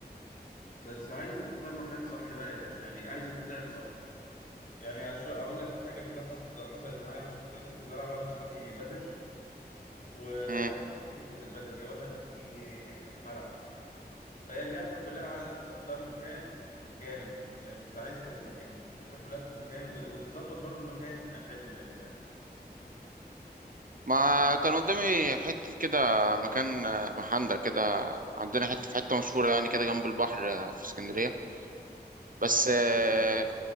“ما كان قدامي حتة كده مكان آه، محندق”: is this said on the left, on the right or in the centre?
Right